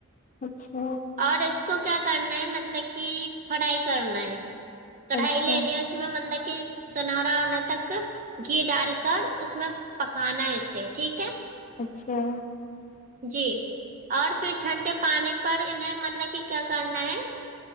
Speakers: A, on the left; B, on the right.
A: اچھا
B: اور اس کو کیا کرنا ہے مطلب کی فرائی کرنا ہے کڑھائی
A: اچھا
B: لینے اس میں مطلب کہ سنہرا ہونے تک گھی ڈال کر اس میں پکانا ہے اسے ٹھیک ہے
A: اچھا
B: جی اور پھر ٹھنڈے پانی پر انہیں مطلب کی کیا کرنا ہے